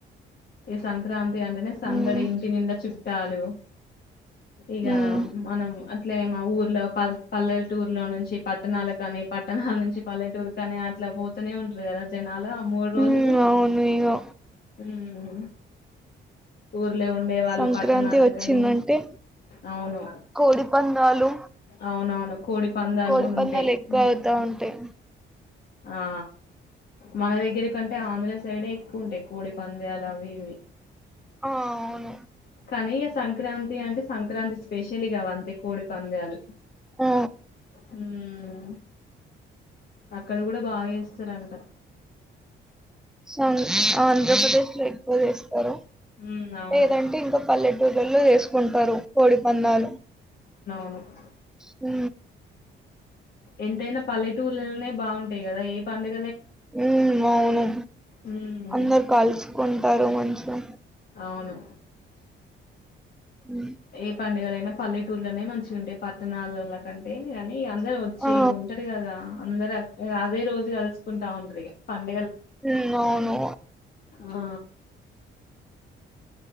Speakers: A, on the left (about 50°); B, in the centre.
A: ఈ సంక్రాంతి అంటేనే సందడి
B: ఉమ్
A: ఇంటి నిండా చు టాలు ఇగా
B: ఉమ్
A: మనం అట్లామో ఊర్లో పల్ పల్లెటూర్ లో నుంచి పట్టణాల కాని పట్టణాల నుంచి పల్లెటూరు కాని అట్లా పోతూనే ఉంటారు కదా జ నాలు ఆ మూడు రోజు
B: ఉమ్ అవును
A: ఉమ్ ఊర్లో ఉండే వాళ్ళు
B: సంక్రాంతి
A: పట్టణాలకని
B: వచ్చిందంటే
A: అవును
B: కోడి పందాలు
A: అవునవును కోడి పందాలు
B: కోడి
A: కూడా
B: పందాలు
A: ఉంటాయి
B: ఎక్కువ
A: ఉమ్
B: అవుతా ఉంటాయి
A: ఆ మన దగ్గ టె ఆంధ్ర్రా సైడే ఎ క్కు ఉంటాయ్ కోడి పంద్యాలు అవి ఇవి
B: ఆ అవును
A: కానీ సంక్రాంతి అంటే సంక్రాంతి స్పెషలిగవంతే కోడి పంద్యలు
B: ఆ
A: హ్మ అక్కడ గూడా బా చేస్తారంట
B: సంక్ ఆంధ్రప్రదేశ్ లో ఎక్కువ చేస్తారు.
A: ఉమ్ అవును
B: లేదంటే ఇంకా పల్లెటూళ్ళలో లో ఏసుకుంటారు కోడి పందాలు
A: ఉ
B: హు
A: ఎంతైనా పల్లెటూర్లల్నే బాగుంటాయి కదా ఏ పండగ్
B: ఉ అవును
A: ఉమ్
B: అందరు కల్సుకుంటారు మంచిగా
A: అవును
B: ఉ
A: ఏ పండుగలైనా పల్లెటూర్లనే మంచిగుంటాయ్ పట్టణాలల్ల కంటే ఇగ అందరు వచ్చి
B: ఆ
A: ఇగ్ ఉంటరు కదా అందరు అద్ ఇ అదే రోజు గల్సుకుంటా ఉంట్రిగా పని
B: ఉ అవును
A: ఆ